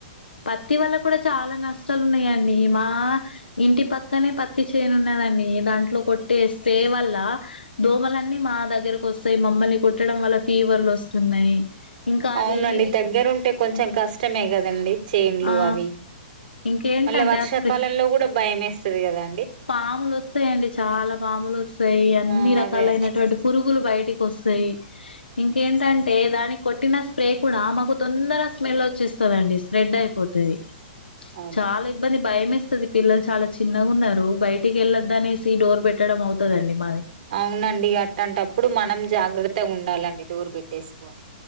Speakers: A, on the left; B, on the right.
A: ప టీ వల్ల కూడా చాలా నష్టాలు ఉన్నాయిండి మా ఇంటి పక్కనే పత్తి చేనున్నదండి దాం లో కొట్టే స్ప్రే వల్ల దోమలన్నీ మా దగ్గరకు వస్తాయి మమ్మల్ని కుట్టడం వల్ల ఫీవర్లు వస్తున్నాయి ఇంకా అది
B: అవునండి దగ్గరుంటే కొంచెం కష్టమే కదండి చేన్లు
A: ఆ
B: అవి
A: ఇంకేంటంటే
B: మళ్ళ వర్షాకాలంలో
A: అసలు
B: కూడా భయమేస్తది కదా
A: పాములు ఒస్తయండి చాలా పాములు ఒస్ యి అన్ని
B: ఆ
A: రకాలైనటువంటి
B: అదే
A: పురుగులు బయటికి వస్తాయి ఇంకేంటంటే దానికి కొట్టిన స్ప్రే కూడా మాకు తొందరగా స్మెల్ వచ్చెస్తదండి స్ప్రెడ్ అయిపోతుది
B: అబ్బో
A: చాలా ఇబ్బంది భయమేస్త దీని పిల్లలు చాలా చిన్నగా ఉన్నారు నువ్ బయటికి వెళ్ళొద్దు అనేసి డోర్ పెట్టడం అవుతదండి మాది
B: అవునండి అట్లాంటప్పుడు మనం జాగ్రత్తగా ఉండాలండి డోరు పెట్టేసుకొని